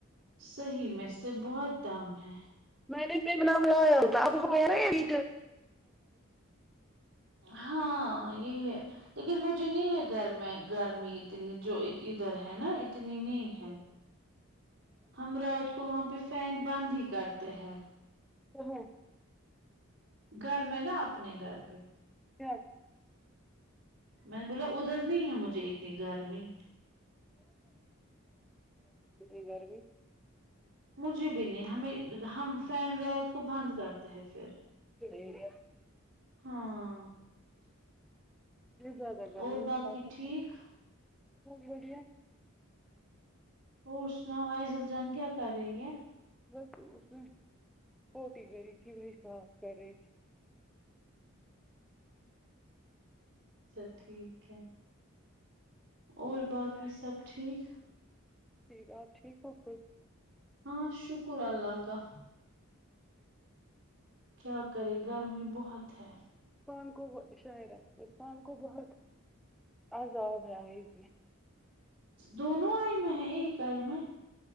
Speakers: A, on the right (about 65°); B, in the centre.
A: صحیح میں سے سب بہت دم ہے
B: میں نے ب نام ع <unintelligible> یال تو اب ہم نی
A: ہاں یہی ہے لیکن مجھے نہیں ہے گگر میں گرمی اتنی جو ادھر ہے نا اتنی نہیں ہے ہمرا تو وہاں پہ فین بند ہی کرتے ہیں
B: تو ہاں
A: گھر میں نا اپنے گھر پہ
B: کیا
A: میں نے بولا ادھر نہیں ہے مجھے اتنی گرمی
B: گرمی
A: مجھے بھی نہیں ہمیں ہم فین ر کو بند کرتے ہے پھر
B: گرمی
A: ہاں
B: یہ زیادہ گرمی
A: اور
B: <unintelligible>
A: باقی ٹھیک
B: بھی
A: اور سناؤ آئزل جان کیا کر رہی ہے
B: بس اس نے چوٹی کری تھی وہی صاف کر رہی تھی
A: چل ٹھیک ہے اور
B: ہاں
A: باقی سب ٹھیک
B: ٹھیک ہے آپ ٹھیک ہو خود
A: ہاں شکر اللہ کا کیا کرے گرمی بہت ہے
B: عرفان کو شاعر عرفان کو بہت عذاب ہے علی کی
A: دونوں آئی میں ہے ایک آئی میں